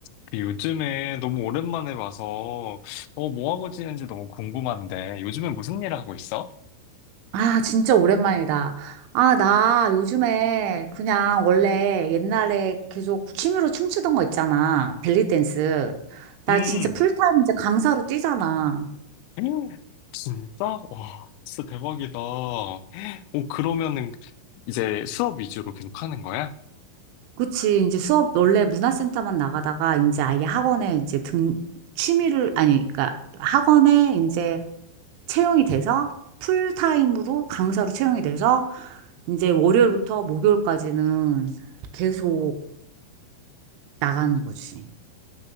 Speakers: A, on the left; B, on the right.
A: 그 요즘에 너무 오랜만에 봐서, 어, 뭐 하고 지내는지 너무 궁금한데, 요즘에 무슨 일 하고 있어?
B: 아, 진짜 오랜만이다. 아, 나 요즘에 그냥 원래 옛날에 계속 취미로 춤추던 거 있잖아. 벨리 댄스. 나
A: 음,
B: 진짜 풀타임 이제 강사로 뛰잖아.
A: 음, 진짜? 와, 진짜 대박이다. 오, 그러면은 이제 수업 위주로 계속 하는 거야?
B: 그치. 이제 수업 원래 문화센터만 나가다가 이제 아예 학원에 이제 등, 취미를, 아니, 그러니까 학원에 이제 채용이 돼서 풀타임으로 강사로 채용이 돼서 이제 월요일부터 목요일까지는 계속 나가는 거지.